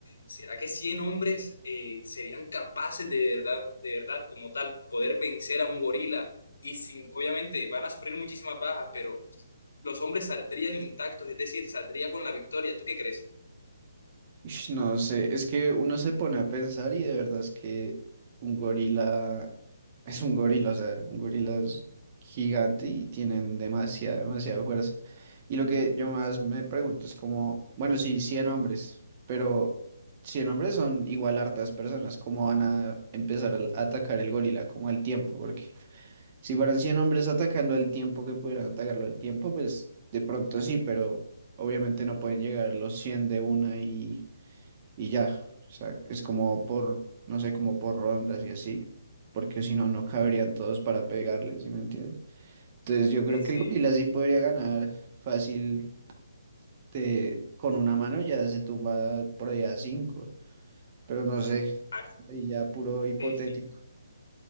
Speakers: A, on the left; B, on the right.
A: ¿Será que 100 hombres eh, serían capaces de verdad, de verdad, como tal, poder vencer a un gorila? Y sin, obviamente van a sufrir muchísimas bajas, pero los hombres saldrían intactos, es decir, saldría con la victoria. ¿Tú qué crees?
B: Ush, No sé, es que uno se pone a pensar y de verdad es que un gorila <laughs> es un gorila, o sea, un gorila es gigante y tienen demasiada, demasiada fuerza. Y lo que yo más me pregunto es como, bueno, sí, 100 hombres, pero 100 hombres son igual hartas personas, ¿cómo van a empezar a l- a atacar el gorila? Como el tiempo, porque si fueran 100 hombres atacando el tiempo que pudieran atacarlo al tiempo, pues de pronto sí, pero obviamente no pueden llegar los 100 de una y y ya. O sea, es como por, no sé, como por rondas y así, porque si no, no caberían todos para pegarles, ¿sí me entiendes? Entonces yo creo
A: Sí,
B: que
A: sí,
B: el gorila sí podría ganar fácil de, con una mano ya se tumba por ahí a cinco, pero no sé,
A: Ah,
B: ahí ya puro hipotético.
A: sí, sí,